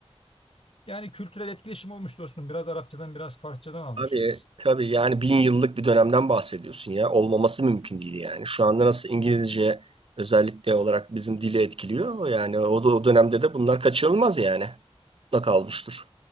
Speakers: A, on the left; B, on the right.
A: Yani kültürel etkileşim olmuş dostum. Biraz Arapçadan, biraz Farsçadan almışız.
B: Tabii, tabii yani bin yıllık bir dönemden bahsediyorsun ya. Olmaması mümkün değil yani. Şu anda nasıl İngilizce özellikle olarak bizim dili etkiliyor. Yani o, da- o dönemde de bunlar kaçınılmaz yani. Mutlaka olmuştur.